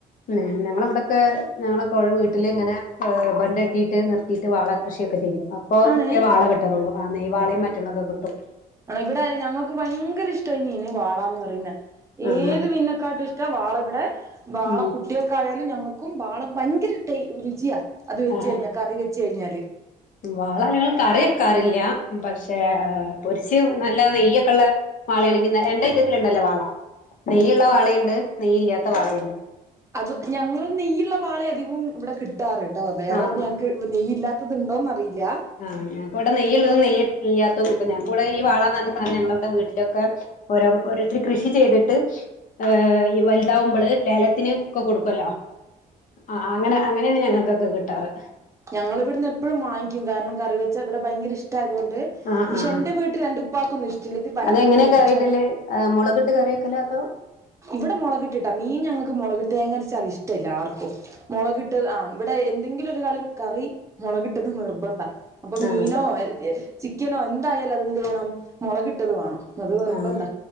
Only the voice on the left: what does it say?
ന്നേ ഞങ്ങളവിടൊക്കെ ഞങ്ങളൊക്കെ <unintelligible> വീട്ടിലിങ്ങനെ ഏഹ് ബണ്ടെട്ടീട്ട് നിർത്തീട്ട് വാളകൃഷിയൊക്കെ ചെയ്യും അ പ്പൊക്കെ
വാള കിട്ടാറുള്ളൂ ആ നെയ് വാളയും മറ്റുള്ളതൊ കിട്ടും
ആഹ്
ഉം
ആഹ്
വാള ഞങ്ങള് കറി വെക്കാറില്ല പഷേ പൊരിച്ച് നല്ല നെയ്യൊക്കെള്ള വാളയാണെങ്കി നെ രണ്ടയ്റ്റത്തില്ണ്ടല്ലോ വാള നെയ്യിള്ള വാളീണ്ട് നെയ്യില്ലാത്ത വാളീണ്ട്
ആഹ് ആഹ്
ആഹ് ഞക്കിവിടെ നെയ്യള്ളതും നെയ്യ് ഇല്ലാത്തതും കിട്ടും ഞങ്ങക്കിവിടെ ഈ വാളാന്ന് പറഞ്ഞ സാനം ഞങ്ങളവിടെ വീട്ടിലൊക്കെ ഓരോ ഓരോരുത്തര് കൃഷി ചെയ്തിട്ട് ഏഹ് ഇ വലുതാവുമ്പള് ലേലത്തിന് ക്കെ കൊടുക്കല്ലോ ആഹ് ആഹ് അങ്ങനെ അങ്ങനെയാണ് ഞങ്ങക്കൊക്കെ കിട്ടാറ്
ആഹ് ആഹ്
അതെങ്ങനെയാ
കറിയിടല് മുളകിട്ട് കറി വെക്കലോ അതോ
ആഹ്
ആഹ്